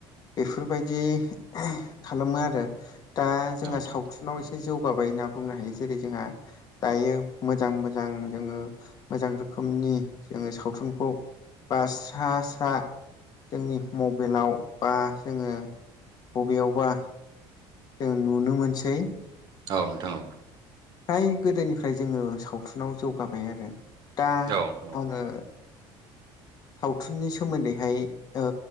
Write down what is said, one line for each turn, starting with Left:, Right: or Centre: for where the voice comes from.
Left: बेफोरबायदि खालामो आरो दा जोंहा
Right: नोंथां
Left: सावथुनाव एसे जौगाबाय होनना बुंनो हायो जेरै जोंहा दायो मोजां मोजां जोङो मोजां रोखोम रोखोमनि जोङो सावथुनखौ बा स्रा स्रा जोंनि मबाइलाव बा जोङो बबेयावबा जों नुनो मोनसै।
Right: औ नोंथां औ
Left: फ्राय गोदोनिफ्राय जोङो सावथुनाव जौगाबाय आरो। दा
Right: औ नोंथां
Left: आङो सावथुननि सोमोन्दैहाय ओ